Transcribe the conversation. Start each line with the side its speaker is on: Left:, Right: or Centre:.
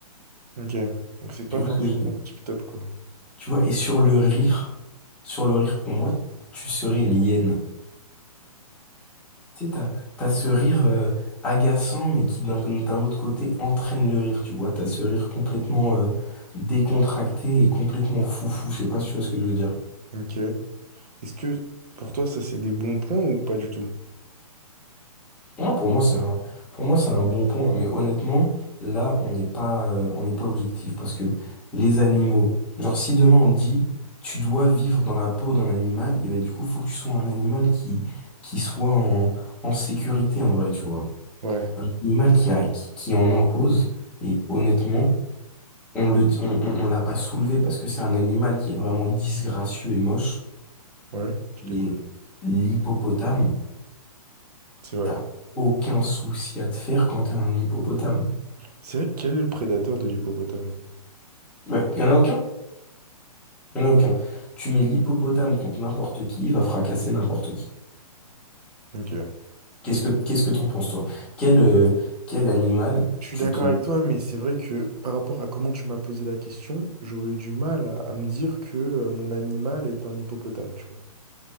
Right: Ok. Donc c'est pas
Centre: Tu vois
Right: forcément
Centre: ce que je veux-
Right: tip-top, quoi.
Centre: Tu vois, et sur le rire, sur le rire, pour moi, tu serais une hyène. Tu sais, t'as, t'as ce rire euh, agaçant, mais qui d'un d'un autre côté entraîne le rire, tu vois. T'as ce rire complètement euh, décontracté et complètement foufou, je sais pas si tu vois ce que je veux dire.
Right: Ok. Est-ce que pour toi, ça c'est des bons points ou pas du tout?
Centre: Non, pour moi, c'est un, pour moi, c'est un bon point, mais honnêtement, là, on n'est pas, euh, on n'est pas objectif, parce que les animaux, genre, si demain on te dit, tu dois vivre dans la peau d'un animal, et ben du coup, faut que tu sois un animal qui, qui soit en, en sécurité, en vrai, tu vois.
Right: Ouais.
Centre: Un animal qui a, qui qui en impose, et honnêtement, on le, on, on, on l'a pas soulevé parce que c'est un animal qui est vraiment disgracieux et moche.
Right: Ouais, je
Centre: Et
Right: t'écoute.
Centre: l'hippopotame,
Right: C'est vrai.
Centre: t'as aucun souci à te faire quand t'es un hippopotame.
Right: C'est vrai, quel est le prédateur de l'hippopotame?
Centre: Ouais, y en a aucun? Y en a aucun. Tu mets l'hippopotame contre n'importe qui, il va fracasser n'importe qui.
Right: Ok.
Centre: Qu'est-ce que qu'est-ce que t'en penses, toi? Quel, euh, quel animal
Right: Je suis
Centre: tu
Right: d'accord
Centre: te
Right: avec toi, mais c'est vrai que par rapport à comment tu m'as posé la question, j'aurais eu du mal à, à me dire que euh, mon animal est un hippopotame, tu vois.